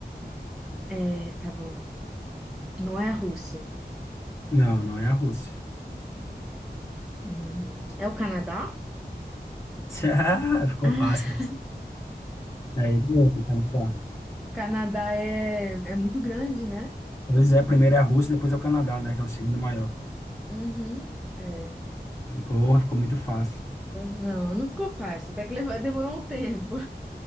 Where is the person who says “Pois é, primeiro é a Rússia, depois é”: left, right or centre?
Left